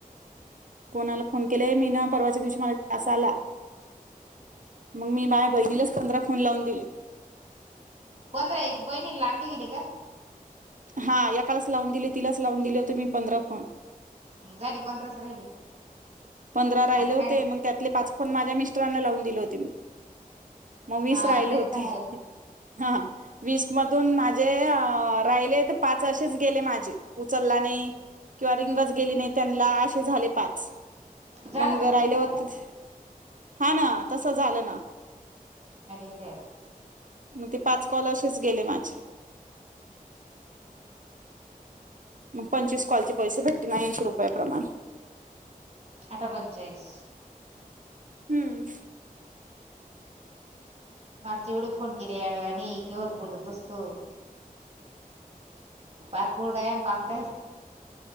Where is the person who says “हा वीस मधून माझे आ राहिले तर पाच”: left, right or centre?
Right